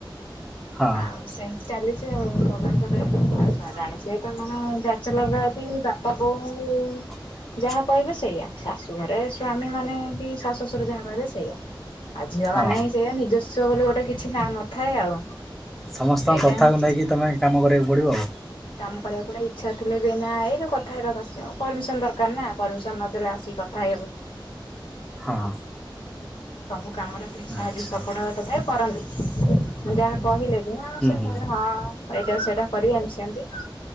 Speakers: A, in the centre; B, on the left.
A: ହଁ
B: ଆଉ ସେମ୍ ଚାଲିଛି ଆଉ ଭଗବାନଙ୍କ ଦୟାରୁ ବଞ୍ଚିବା ଜାଣି <unintelligible> ତମେ ବ୍ୟାଚେଲର ଲାଇଫ ରୁ ବାପା ବୋଉ
A: ହ <unintelligible>
B: ଯାହା କହିବେ ସେଇଆ। ଶାଶୁ ଘରେ ସ୍ଵାମୀ ମାନେ କି ଶାଶୁ ଶଶୁର ଯାହା କହିବେ ସେଇଆ। ଆଉ ଝିଅ
A: ହଁ
B: ମାନେ ହିଁ ସେଇଆ। ନିଜସ୍ଵ ବୋଲି ଗୋଟେ କିଛି ଟା ନଥାଏ ଆଉ।
A: ସମସ୍ତଙ୍କ
B: ଏଇଟା
A: କଥାକୁ
B: ହିଁ
A: ନେଇକି ତୁମେ କାମ କରିବାକୁ ପଡ଼ିବ ଆଉ।
B: କାମ କରିବାକୁ ପଡିବ ଇଚ୍ଛା ଥିଲେ ବି ନା ଏଇନା ଏଇ ଯୋଉ କଥା ହେବାକୁ ଆସିବ। ପରମିସନ ଦରକାର ନା ପରମିସନ ନଦେଲେ ଆସିକି କଥା ହେଇ ହେବୁ।
A: ହଁ
B: ସବୁ କାମରେ ଟିକେ ସାହାଯ୍ୟ
A: ଆଚ୍ଛା
B: ସପୋର୍ଟ ହବା ତଥାପି କରନ୍ତି। ଯାହା କହିଲେ କି ଆ
A: ହୁଁ
B: ସେ
A: ହୁଁ
B: ହଁ <unintelligible> ଏଇଟା ସେଇଟା କରିବା ଆମେ ସେମିତି।